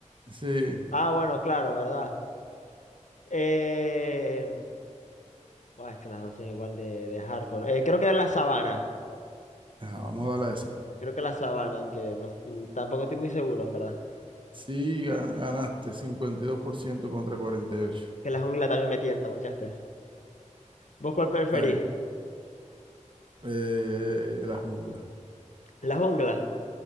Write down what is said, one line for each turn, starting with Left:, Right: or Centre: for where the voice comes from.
Right: Sí.
Left: Ah, bueno, claro, ¿verdad? Eh, buah, es que las dos son igual de, de hardcore. Eh, creo que la sabana.
Right: Ajá, vamos a darle a esa.
Left: Creo que la sabana, aunque no, tampoco estoy muy seguro, en verdad.
Right: Sí, ga- ganaste 52% contra 48.
Left: Que la jungla también me tienta, muchaste. ¿Vos cuál preferís?
Right: Está ahí. Eh, la jungla.
Left: La jungla.